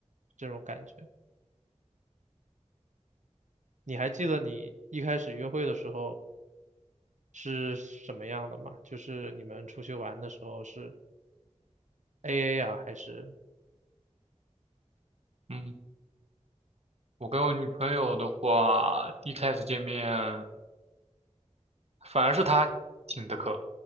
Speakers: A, on the right (about 80°); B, on the right (about 60°).
A: 这种感觉。你还记得你一开始约会的时候是什么样的吗？就是你们出去玩的时候是 AA 啊，还是
B: 嗯，我跟我女朋友的话，一开始见面反而是她请的客，